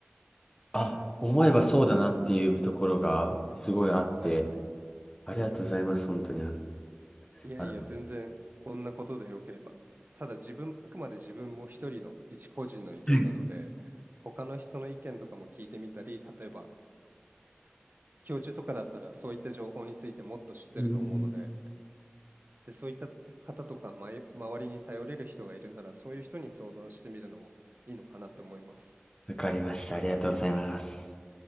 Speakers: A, on the left (about 20°); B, on the right (about 50°).
A: あ、思えばそうだなっていうところが、すごいあって、
B: はいはい。
A: ありがとうございます、本当に。あ、
B: いやいや、
A: あのは
B: 全然こんなことで良ければ。ただ自分、あくまで自分も一人の一個人の意見なので、
A: い
B: 他の人の意見とかも聞いてみたり、例えば教授とかだったらそういった情報についてもっと知ってると思うので、
A: うん
B: で、そういった方とか、まい周りに頼れる人がいるなら、そういう人に相談してみるのもいいのかなって思います。
A: わかりました。ありがとうございます。